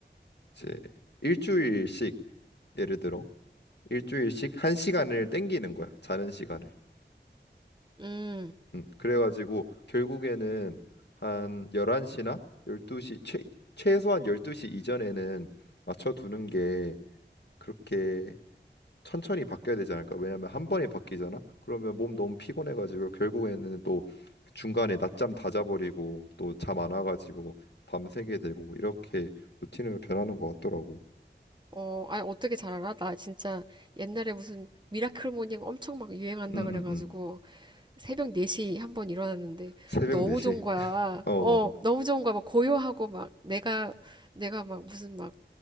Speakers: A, on the left (about 65°); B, on the right (about 25°).
A: 이제 일주일씩 예를 들어 일주일씩 한 시간을 땡기는 거야. 자는 시간을.
B: 음,
A: 음, 그래가지고 결국에는 한 11시나 12시 최, 최소한 12시 이전에는 맞춰두는 게 그렇게 천천히 바뀌어야 되지 않을까? 왜냐면 한 번에 바뀌잖아. 그러면 몸 너무 피곤해가지고 결국에는 또 중간에 낮잠 다 자버리고 또 잠 안 와가지고 밤새게 되고 이렇게 루틴으로 변하는 것 같더라고.
B: 어, 아니, 어떻게 잘 알아? 나 진짜 옛날에 무슨 미라클 모닝 엄청 막 유행한다
A: 음,
B: 그래가지고
A: 음, 음.
B: 새벽 4시 한번 일어났는데
A: 새벽
B: 너무
A: 4시.
B: 좋은 거야.
A: 어,
B: 어, 너무 좋은 거야. 막 고요하고 막 내가, 내가 막 무슨 막